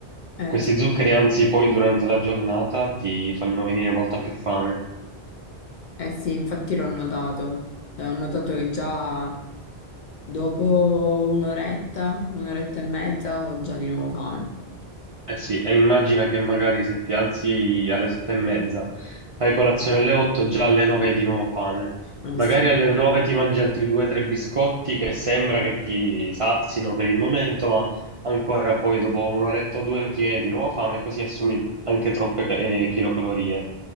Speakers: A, on the left; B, on the right.
A: Eh,
B: Questi
A: sì.
B: zuccheri, anzi, poi durante la giornata ti fanno venire molta più fame.
A: Eh sì, infatti l'ho notato. Eh, Ho notato che già dopo un'oretta, un'oretta e mezza ho già di nuovo fame.
B: Eh sì, e immagina che magari se ti alzi alle sette e mezza, fai colazione alle otto, già alle nove hai di nuovo fame.
A: Eh
B: Magari
A: sì,
B: alle nove ti mangi altri due o tre biscotti che sembra che ti sazino per il momento, ma ancora poi dopo un'oretta o due ti viene di nuovo fame e così assumi anche troppe eh, kilocalorie.